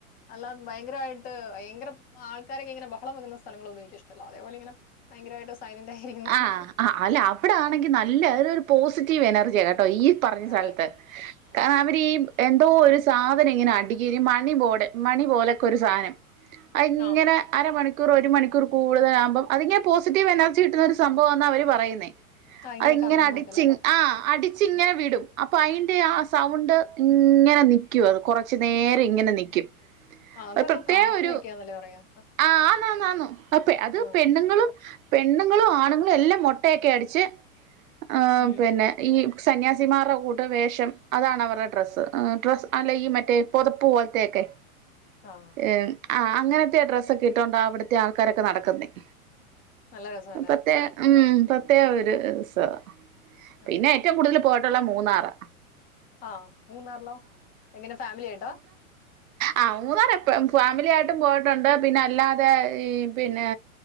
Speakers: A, on the left (about 20°); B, on the right (about 70°).
A: അല്ലാം ഭയങ്കരമായിട്ട് ഭയങ്കരം ചുമ്മാ ആൾക്കാരൊക്കെ ഇങ്ങനെ ബഹളം വെയ്ക്കുന്ന സ്ഥലങ്ങളൊന്നും എനിക്ക് ഇഷ്ടമല്ല അതേപോലെ ഇങ്ങനെ ഭയങ്കരമായിട്ട് സൈലന്റ് ആയിരിക്കുന്ന സ്ഥലം
B: ആഹ് ആഹ് അല്ല അവിടെ ആണെങ്കിൽ നല്ല അതൊരു പോസിറ്റീവ് എനർജിയാ കേട്ടോ ഈ പറഞ്ഞ സ്ഥലത്ത്
A: അതെ ഉം.
B: കാ അവരീ എന്തോ ഒരു സാധനം ഇങ്ങനെ അടിക്കും മണി ബോഡ് മണി പോലെയൊക്കെ ഒരു സാധനം അതിങ്ങനെ
A: ആ
B: അരമണിക്കൂർ ഒരു മണിക്കൂർ കൂടുതൽ ആമ്പം അതിങ്ങനെ പോസിറ്റീവ് എനർജി കിട്ടുന്ന ഒരു സംഭവംമാന്ന അവര് പറയുന്നേ
A: ആ ഇങ്ങനെ
B: അതിങ്ങനെ
A: കറങ്ങുന്നൊക്കെ
B: അടിച്ച്
A: അല്ലേ
B: ആഹ് അടിച്ച് ഇങ്ങനെ
A: ഉം.
B: വിടും അപ്പൊ അതിൻ്റെ ആ സൗണ്ട് ഇങ്ങനെ നിക്ക്‌യും അത് കുറച്ച് നേരം ഇങ്ങനെ നിക്ക്‌യും
A: ആ അതെന്തോ
B: പ്രത്യേകം
A: പ്രാർത്ഥനയൊക്കെയാന്നല്ലേ
B: ഒരു
A: പറയാ
B: ആ ആന്നാന്നാന്ന് അപ്പേ അത്
A: ആ
B: ണ്ണുങ്ങളും പെണ്ണുങ്ങളും ആണുങ്ങളും എല്ലാം മൊട്ടയൊക്കെ അടിച്ച് ആഹ്
A: ഉം
B: പിന്നെ ഈ സന്യാസിമാരുടെ കൂട്ട് വേഷം അതാണ് അവരുടെ ഡ്രസ്സ് ഡ്രസ്സ് അല്ലെ ഈ മറ്റേ പുതപ്പ് പോലത്തെയൊക്കെ
A: ആഹ്
B: എം ആഹ് അങ്ങനത്തെ ഡ്രസ്സൊക്കെ ഇട്ടുകൊണ്ട അവിടുത്തെ ആൾക്കാരൊക്കെ നടക്കുന്നത്
A: നല്ല രസമല്ലേ
B: പത്തേ ഉം പ പ്രത്യേകം ഒരു രസാ
A: അതെ
B: പിന്നെ ഏറ്റവും കൂടുതൽ പോയിട്ടുള്ള മൂന്നാറ്
A: ആഹ് മൂന്നാറിലോ എങ്ങനെ ഫാമിലിയായിട്ടാ
B: ആ മൂന്നാർ എപ്പഴും ഫാമിലി ആയിട്ടും പോയിട്ടുണ്ട് പിന്നെ അല്ലാതെ ഈ പിന്നെ